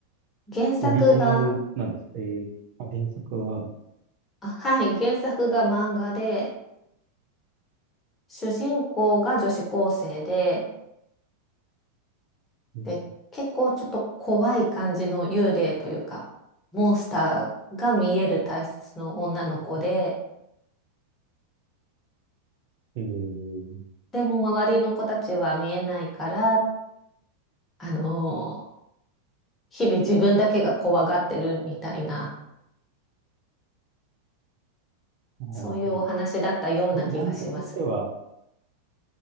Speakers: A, on the left (about 20°); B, on the right (about 45°).
A: 原作が、
B: オリジナルなんですかえー、あ、原作がある。
A: あ、はい、原作が漫画で、主人公が女子高生で、
B: うん
A: で、結構ちょっと怖い感じの幽霊というか、モンスターが見える体質の女の子で、
B: えー、
A: でも周りの子たちは見えないから、あのー日々自分だけが怖がってるみたいな、
B: ああ、そうなんだ。
A: そういうお話だったような気がします。
B: え、ジャンルとしては、